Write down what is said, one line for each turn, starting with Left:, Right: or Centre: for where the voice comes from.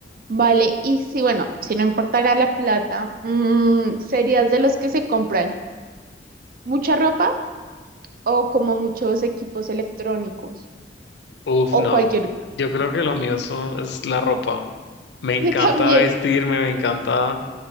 Right: Vale, y si, bueno, si no importara la plata, mm, ¿serías de los que se compran mucha ropa o como muchos equipos electrónicos?
Left: Uf,
Right: O
Left: no.
Right: cualquier cosa.
Left: Yo creo que lo mío son- es la ropa. Me encanta
Right: <laughs> Yo también.
Left: vestirme, me encanta,